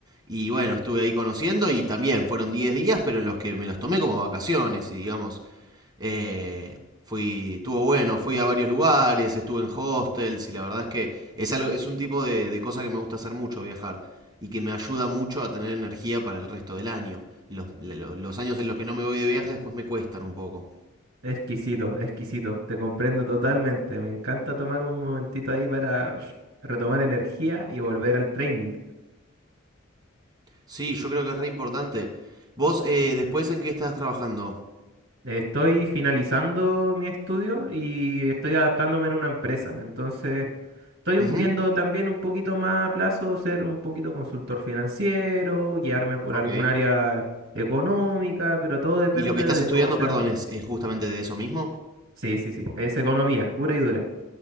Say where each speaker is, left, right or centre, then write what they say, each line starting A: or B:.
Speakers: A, on the right; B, on the right.
A: Y bueno, estuve ahí conociendo y también fueron 10 días, pero en los que me los tomé como vacaciones y digamos, eh, fui, estuvo bueno, fui a varios lugares, estuve en hostels y la verdad es que es, algo, es un tipo de, de cosa que me gusta hacer mucho, viajar, y que me ayuda mucho a tener energía para el resto del año. Los, lo- los años en los que no me voy de viaje después me cuestan un poco.
B: Exquisito, exquisito. Te comprendo totalmente. Me encanta tomarme un momentito ahí para sh- retomar energía y volver al training.
A: Sí, yo creo que es re importante. Vos, eh, después en qué estás trabajando?
B: Estoy finalizando mi estudio y estoy adaptándome en una empresa. Entonces, estoy un-
A: Ujú,
B: viendo también un poquito más a plazo ser un poquito consultor financiero, guiarme por
A: Ok.
B: algún área económica, pero todo depende
A: ¿Y lo que estás
B: de
A: estudiando,
B: cómo sea.
A: perdón, es, es justamente de eso mismo?
B: Sí, sí, sí. Es economía, pura y dura.